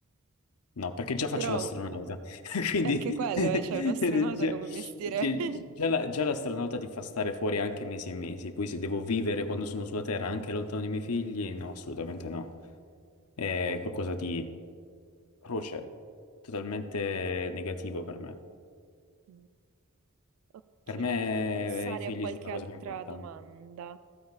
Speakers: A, on the left (about 85°); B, on the right (about 65°).
A: no, perché già faccio
B: Però
A: l'astronauta. <laughs> Quindi,
B: è che quello,
A: <laughs>
B: eh, cioè un astronauta
A: già,
B: come mestiere...
A: cioè,
B: <laughs>
A: già la- già l'astronauta ti fa stare fuori anche mesi e mesi. Poi se devo vivere quando sono sulla Terra, anche lontano dai miei figli, no, assolutamente no. È qualcosa di croce, totalmente negativo per me.
B: Mm, Ok,
A: Per me
B: fammi pensare
A: eh, i figli
B: a qualche
A: sono la cosa
B: altra
A: più importante.
B: domanda.